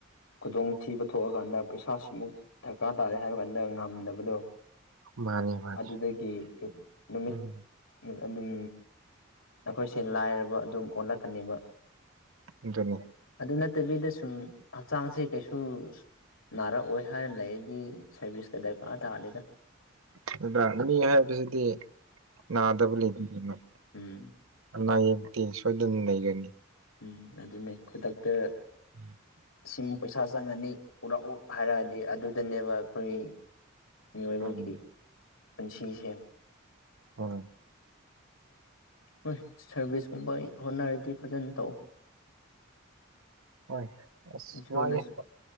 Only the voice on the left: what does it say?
ꯈꯨꯗꯣꯡꯊꯤꯕ ꯊꯣꯛꯑꯀꯥꯟꯗ ꯄꯩꯁꯥꯁꯤꯃꯨꯛ ꯗꯔꯀꯥꯔ ꯇꯥꯔꯦ ꯍꯥꯏꯔ ꯀꯥꯟꯗ ꯉꯝꯗꯕꯗꯣ
ꯑꯗꯨꯗꯒꯤ ꯅꯨꯃꯤꯠ
ꯑꯗꯨꯝ ꯑꯩꯈꯣꯏꯁꯦ ꯂꯥꯏꯔꯕ ꯑꯗꯨꯝ ꯑꯣꯜꯂꯛꯀꯅꯦꯕ
ꯑꯗꯨ ꯅꯠꯇꯕꯤꯗ ꯁꯨꯝ ꯍꯛꯆꯥꯡꯁꯦ ꯀꯩꯁꯨ ꯅꯥꯔꯛꯑꯣꯏ ꯍꯥꯏꯅ ꯂꯩꯔꯗꯤ ꯁꯔꯕꯤꯁ ꯀ ꯗꯔꯀꯥꯥ ꯇꯥꯗꯦꯗ
ꯎꯝ
ꯎꯝ ꯑꯗꯨꯅꯤ ꯈꯨꯗꯛꯇ
ꯁꯤꯃ ꯄꯩꯁꯥ ꯆꯪꯉꯅꯤ ꯄꯨꯔꯛꯎ ꯍꯥꯏꯔꯛꯑꯗꯤ ꯑꯗꯨꯗꯅꯦꯕ ꯑꯩꯈꯣꯏ ꯃꯤꯑꯣꯏꯕꯒꯤ
ꯄꯨꯟꯁꯤꯁꯦ
ꯍꯣꯏ ꯁꯔꯚꯤꯁꯀꯨꯝꯕ ꯍꯣꯠꯅꯔꯗꯤ ꯐꯖꯅ ꯇꯧ
ꯏꯁꯣꯔꯅꯁꯨ